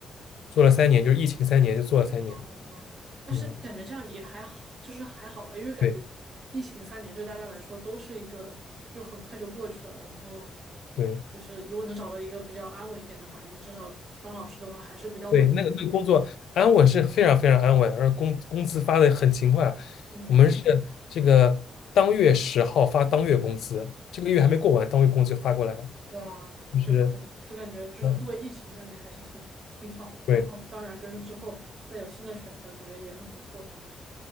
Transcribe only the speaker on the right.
哦哦，但是感觉这样也还好，
就是还好吧，因为感觉疫情三年对大家来说都是一个就很快就过去了，
然后
就是如果能找到一个比较安稳一点的环境，至少当老师的话还是比较稳。
嗯，
哇，
对吧对吧？就感觉就是度过疫情三年还是挺挺好的，
然后当然就是之后再有新的选择，
感觉也很不错。